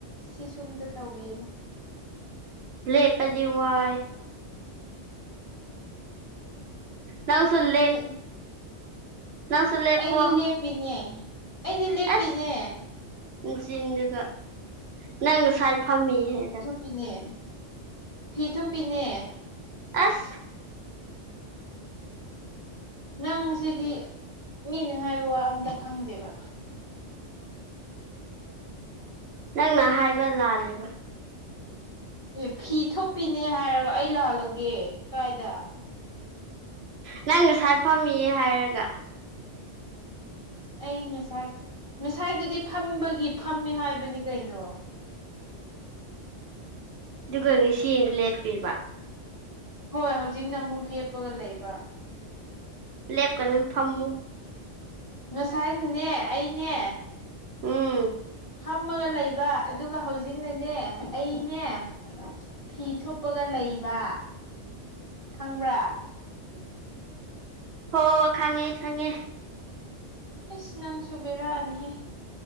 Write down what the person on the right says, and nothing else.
ꯂꯦꯄꯗꯤ ꯋꯥꯏ ꯅꯪꯁꯨ ꯂꯦꯞ
ꯅꯪꯁꯨ ꯂꯦꯞꯄꯣ
ꯑꯁ ꯅꯆꯤꯟꯗꯨꯒ ꯅꯪ ꯉꯁꯥꯏ ꯐꯝꯃꯤ ꯍꯥꯏꯔꯒ
ꯑꯁ
ꯅꯪꯅ ꯍꯥꯏꯕ ꯂꯥꯜꯂꯦꯕ
ꯅꯪ ꯉꯁꯥꯏ ꯐꯝꯃꯤꯌꯦ ꯍꯥꯏꯔꯒ
ꯗꯨꯒ ꯉꯁꯤꯅ ꯂꯦꯞꯄꯤꯕ
ꯂꯦꯞ ꯀꯅꯨ ꯐꯝꯃꯨ
ꯎꯝ
ꯍꯣ ꯈꯪꯉꯦ ꯈꯪꯉꯦ